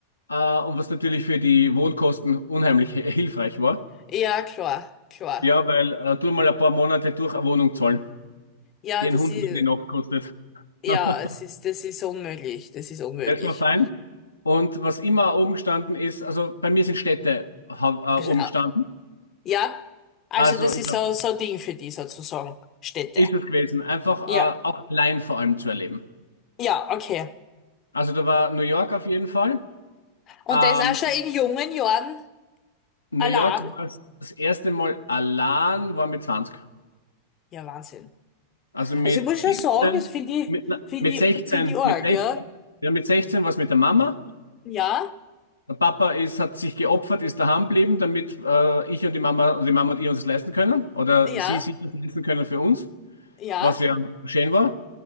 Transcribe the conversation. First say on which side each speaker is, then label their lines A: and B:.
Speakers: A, on the left (about 80°); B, on the left (about 30°).
A: Äh, und was natürlich für die Wohnkosten unheimlich <laughs> hilfreich war.
B: Ja, klar, klar.
A: Ja, weil äh, tu mal ein paar Monate durch eine Wohnung zahlen,
B: Ja,
A: die ein
B: das
A: Hunderter
B: ist,
A: die Nacht kostet.
B: ja,
A: <laughs>
B: es ist, das ist unmöglich, das ist unmöglich.
A: Das war fein. Und was immer oben gestanden ist, also bei mir sind Städte ha-
B: Also,
A: äh, oben gestanden.
B: Ja, also
A: Also,
B: das
A: ich
B: ist
A: glaube,
B: so, so ein Ding für die sozusagen, Städte.
A: ist es gewesen. Einfach äh,
B: Ja,
A: auch allein vor allem zu erleben.
B: ja, okay.
A: Also, da war New York auf jeden Fall.
B: Und
A: Ähm,
B: der ist auch schon in jungen Jahren
A: New
B: allein.
A: York war das erste Mal allein, war mit 20.
B: Ja, Wahnsinn.
A: Also mit
B: Also ich muss
A: 17,
B: schon sagen, das finde ich,
A: mit, na,
B: finde
A: mit
B: ich,
A: 16,
B: finde ich arg,
A: mit 16,
B: ja.
A: ja, mit 16 war es mit der Mama.
B: Ja,
A: Der Papa ist, hat sich geopfert, ist daheim geblieben, damit äh, ich und die Mama, also die Mama und ich uns das leisten können. Oder
B: ja,
A: sie sich das leisten können für uns,
B: ja,
A: was ja schön war.